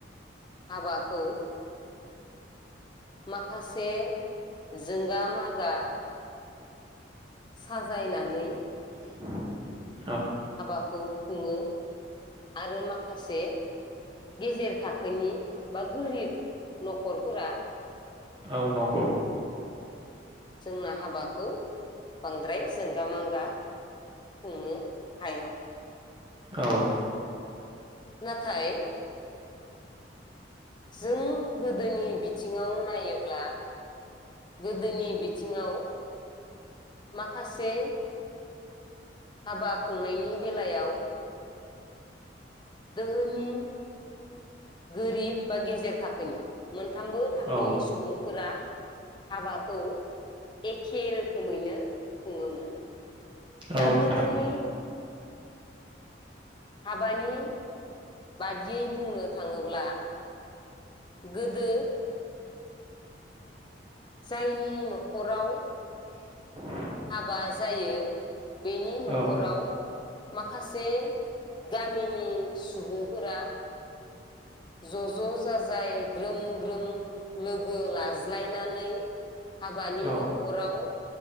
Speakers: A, on the left; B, on the right.
A: हाबाखौ माखासे जोंगा मागा गा साजायनानै
B: <inaudible>
A: हाबाखौ खुङो आरो माखासे गेजेर थाखोनि बा गोरिब न'खरफोरा
B: औ नंगौ।
A: जोंना हाबाखौ बांद्राय जोंगा मांगा खुंनो हाया
B: औ
A: नाथाय जों गोदोनि बिथिङाव नायोब्ला गोदोनि बिथिङाव माखासे हाबा खुंनायनि बेलायाव धोहोनि गोरिब बा गेजेर थाखोनि मोनथामबो थाखोनि
B: औ
A: सुबुंफोरा हाबाखौ एखे रोखोमैनो खुङोमोन
B: औ
A: दा
B: नोंथां
A: गोदोनि हाबानि बादियै बुंनो थाङोब्ला गोदो जायनि न'खराव
B: <inaudible>
A: हाबा जायो। बेनि न'खराव
B: औ
A: माखासे गामिनि सुबुं फोरा ज' ज' जाजाय ग्रोम ग्रोम लोगो लाज्लायनानै हाबानि
B: औ
A: न'खराव